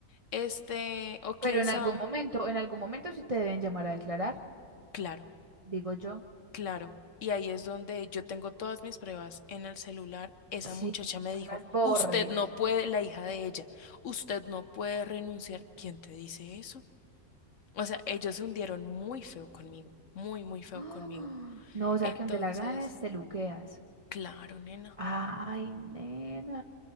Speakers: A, on the left; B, on the right.
A: este, o quién
B: Pero en
A: sabe.
B: algún momento, en algún momento sí te deben llamar a declarar,
A: Claro,
B: digo yo.
A: claro. Y ahí es donde yo tengo todas mis pruebas en el celular. Esa
B: Sí.
A: muchacha me
B: No
A: dijo,
B: las borre.
A: usted no
B: o sea,
A: puede, la hija de ella, usted no puede renunciar. ¿Quién te dice eso? O sea, ellos se hundieron muy feo conmigo, muy, muy feo
B: ¡ah!
A: conmigo.
B: No, o sea
A: Entonces,
B: que donde la ganes, te luqueas.
A: claro, nena.
B: Ay, nena.